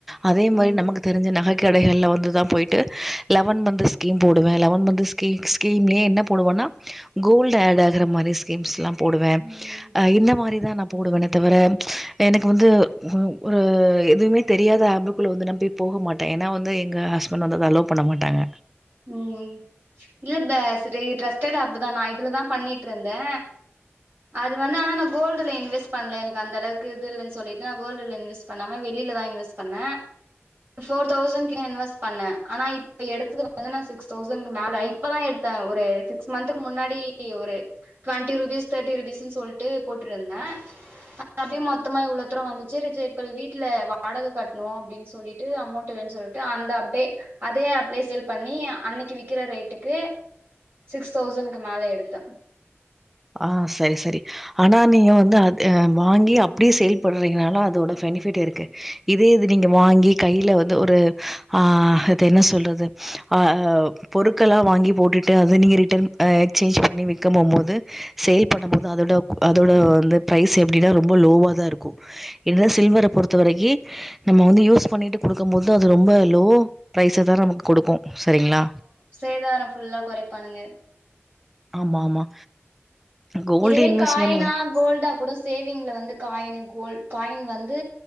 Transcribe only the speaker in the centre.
அதே மாரி
நமக்கு தெரிஞ்ச நகை கடைகள்ல வந்து தான் போய்ட்டு லெவன் மந்த்ஸ் ஸ்கீம் போடுவ லெவன் மந்த் ஸ்கீ ஸ்கீம்லயே என்ன போடுவனா கோல்டு ஆட் ஆகுற மாரி ஸ் ஸீகீம்ஸ்லாம் போடுவ
அ இந்த மாரிதான் நா போடுவனே தவிர எனக்கு வந்து ஒரு எதுவுமே தெரியாத ஆப்புக்குள்ள வந்து நா போய் போக மாட்ட ஏன்னா வந்து எங்க ஹஸ்பண்ட் வந்து அத அலோ பண்ண மாட்டாங்க
ஆ சரி சரி ஆனா நீங்க வந்து அது வாங்கி அப்டியே சேல் பண்றீங்கனால அதோட பெனிபிட் இருக்கு இதே இது நீங்க வாங்கி கையில வந்து ஒரு ஆ அது என்ன சொல்றது அ பொருட்கலா வாங்கி போட்டுட்டு அத நீங்க ரிட்டன் அ எக்ஸ்சேஞ்ச் பண்ணி விக்க போம் போது சேல் பண்ண போது அதோட அதோட வந்து ப்ரைஸ் எப்டின்னா ரொம்ப லோவா தா இருக்கும் இத சில்வர பொறுத்த வரைக்கி நம்ம வந்து யூஸ் பண்ணிட்டு குடுக்கும் போதுதான் அது ரொம்ப லோ ப்ரைஸ தா நமக்கு குடுக்கும் சரிங்களா
ஆமா ஆமா கோல்டு
இன்வெஸ்ட்மென்ட்
வந்